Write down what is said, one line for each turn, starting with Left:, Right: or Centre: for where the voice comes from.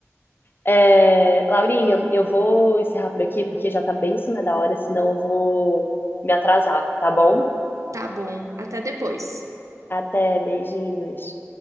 Left: É, Laurinha, eu vou encerrar por aqui porque já tá bem em cima da hora, senão eu vou me atrasar, tá bom?
Right: Tá bom, até depois.
Left: Até, beijinhos.